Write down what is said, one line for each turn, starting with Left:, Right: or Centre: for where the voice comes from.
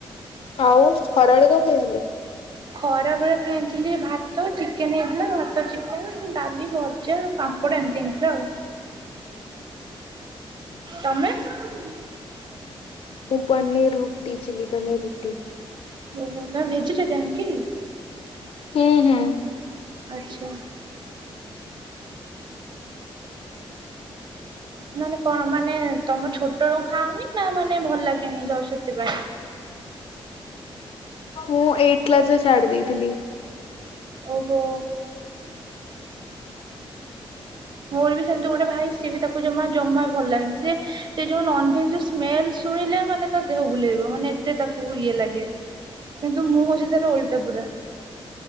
Left: ଆଉ ଖରାବେଳ କନ ଖାଇଥିଲେ?
Right: ଖରାବେଳେ ଖାଇଥିଲି ଭାତ ଚିକେନ ହେଇଥିଲା ଭାତ, ଚିକେନ, ଡାଲି, ଭଜା, ପାମ୍ କଟେ ଏମିତି ଜଣିଥିଲା ଆଉ ତମେ <unintelligible>
Left: ମୁଁ ପନିର ରୁଟି ଚିଲି ପନିର ରୁଟି
Right: ଓହୋ ତମେ ଭେଜିଟେରିିଆନ୍ କି?
Left: ହୁଁ ହୁଁ
Right: ଆଚ୍ଛା ନାନେ କଣ ମାନେ ତମ ଛୋଟ ରଳୁ ଖାଉନି ନା ମାନେ ଭଲ ଲାଗେନି ଯ ସେଥିପାଇ
Left: ମୁଁ ଏଇଟ୍ କ୍ଲାସରେ ଛାଡି ଦେଇଥିଲି।
Right: ଓହୋ। ମୋର ବି ସେମିତି ଗୋଟେ ଭାଇ ସିଏ ବି ତାକୁ ଜମା। ଜମା ଭଲ ଲାଗେନି ସେ ଏ ଯୋଉ ନନ୍ଭେଜର ସ୍ମେଲ ଶୁଣିଲେ ମାନେ ତା ଦେହ ବୁଲେଇବ ମାନେ ଏତେ ତା କୁ ଇଏ ଲାଗେ କିନ୍ତୁ ମୁଁ ହଉଛି ତାର ଓଲଟା ପୁରା।